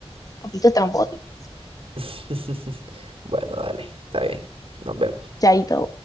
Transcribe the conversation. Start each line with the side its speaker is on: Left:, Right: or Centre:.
Left: poquito estrambóticos.
Right: <laughs> Bueno, dale, está bien, nos vemos.
Left: Chaito.